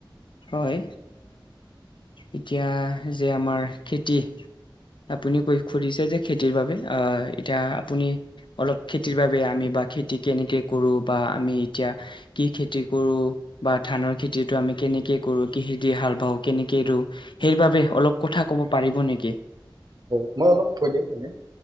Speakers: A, on the left (about 65°); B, on the right (about 50°).
A: হয় এতিয়া যে আমাৰ খেতি আপুনি কৈ খুজিছে যে খেতিৰ বাবে আহ এতিয়া আপুনি অলপ খেতি খেতিৰ বাবে আমি বা খেতি কেনেকে কৰো বা আমি এতিয়া কি খেতি কৰো বা ধানৰ খেতিটো আমি কেনেকে কৰো কিহেদি হাল বাওঁ কেনেকে ৰুওঁ সেইবাবে অলপ কথা ক'ব পাৰিব নেকি
B: অ মই অলপ কৈ দিওঁ মানে